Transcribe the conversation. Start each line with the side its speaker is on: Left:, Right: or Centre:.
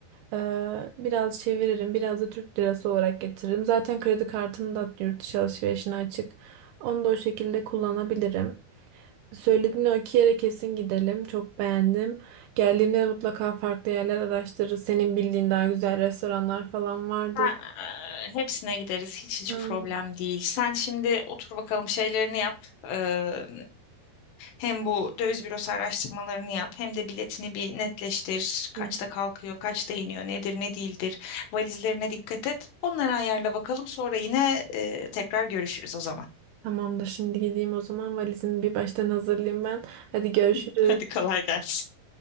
Right: Ee, biraz çeviririm, biraz da Türk lirası olarak getiririm. Zaten kredi kartım da yurt dışı alışverişine açık. Onu da o şekilde kullanabilirim. Söylediğin o iki yere kesin gidelim. Çok beğendim. Geldiğimde de mutlaka farklı yerler araştırırız. Senin bildiğin daha güzel restoranlar falan vardır.
Left: Ha, hepsine gideriz. Hiç hiç
Right: Aynen.
Left: problem değil. Sen şimdi otur bakalım şeylerini yap. Ee, hem bu döviz bürosu araştırmalarını yap. Hem de biletini bir netleştir. Kaçta
Right: Hı hı.
Left: kalkıyor, kaçta iniyor, nedir, ne değildir. Valizlerine dikkat et. Onları ayarla bakalım. Sonra yine e, tekrar görüşürüz o zaman.
Right: Tamamdır. Şimdi gideyim o zaman. Valizimi bir baştan hazırlayayım ben. Hadi görüşürüz.
Left: <laughs> Hadi kolay gelsin.